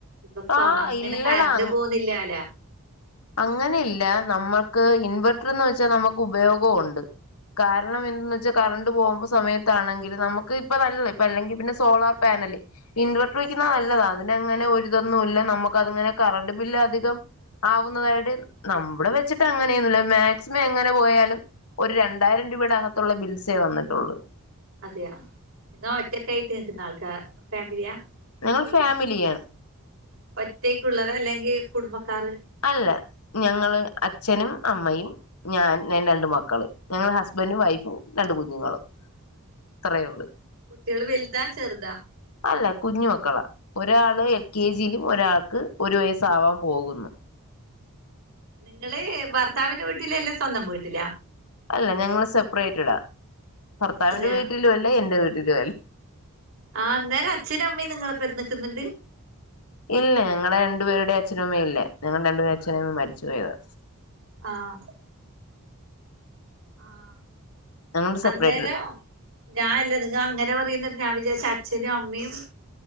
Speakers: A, on the right (about 65°); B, on the left (about 80°).
A: ഇപ്പൊ
B: ആ
A: അങ്ങനെ
B: ഇല്ലടാ
A: കറണ്ട് പോന്നില്ലാല
B: അങ്ങനെ ഇല്ല നമ്മക്ക് ഇൻവെർട്ടർന്ന് വെച്ചാ നമുക്ക് ഉപയോഗോ ഉണ്ട്. കാരണം എന്തന്ന് വെച്ചാ കറണ്ട് പോമ്പോ സമയത്താണെങ്കിൽ നമുക്ക് ഇപ്പൊ നല്ലത് ഇപ്പ അല്ലെങ്കിൽ പിന്നെ സോളാർ പാനല്. ഇൻവെർട്ടർ വെയ്ക്കുന്ന നല്ലതാ അതിന അങ്ങനെ ഒരിതൊന്നും ഇല്ല നമുക്ക് അതിങ്ങനെ കറണ്ട് ബില്ല് അധികം ആവുന്നതായിട്ട് നമ്മുടെ വെച്ചിട്ട് അങ്ങനെന്നുല്ല മാക്സിമം എങ്ങനെ പോയാലും ഒരു രണ്ടായിരം രൂപയുടെ അകത്തുള്ള ബിൽസേ വന്നിട്ടൊള്ള്.
A: അതെയ ന്നാ ഒറ്റക്ക് ആയിറ്റ് നിക്ക്ന്ന ആൾക്കാ ഫാമിലിയാ
B: ഞങ്ങൾ
A: ടീമ?
B: ഫാമിലിയാ
A: ഒറ്റേക്കുള്ളത അല്ലെങ്കി കുടുംബക്കാറ്
B: അല്ല ഞങ്ങള് അച്ഛനും അമ്മയും ഞാൻ ന്റ രണ്ട് മക്കള് ഞങ്ങള് ഹസ്ബന്റും വൈഫും രണ്ട് കുഞ്ഞുങ്ങളും. അത്രേ ഉള്ളൂ
A: കുട്ട്യേള് വെൽതാ ചെർതാ?
B: അല്ല കുഞ്ഞുമക്കളാ. ഒരാള് എൽ കെ ജി ലും ഒരാക്ക് ഒരു വയസ് ആവാ പോക്ന്ന്.
A: നിങ്ങള് ഭർത്താവിന്റെ വീട്ടില അല്ലേ സ്വന്തം വീട്ടിലാ?
B: അല്ല ഞങ്ങൾ സപ്രൈറ്റടാ ഭർത്താവിന്റെ
A: അതെയാ
B: വീട്ടിലു അല്ല എന്റെ വീട്ടിലു അൽ
A: ആഹ് അന്നേരം അച്ഛനും അമ്മയും നിങ്ങളെ പെര ന്ന്ക്ന്ന്ണ്ട്.?
B: ഇല്ല ഞങ്ങളെ രണ്ടു പേരുടെ അച്ഛനു അമ്മയും ഇല്ല ഞങ്ങടെ രണ്ടുപേരുടെ അച്ഛനു അമ്മേ ഇല്ല മരിച്ചുപോയതാ
A: ആഹ്. ആഹ്
B: ഞങ്ങള് സെപ്പറേറ്റഡ്
A: അന്നേരം ഞാന്ല്ല നിങ്ങ അങ്ങനെ പറയുന്നത് ഞാൻ വിജാരിച്ചു അച്ഛനും അമ്മയും.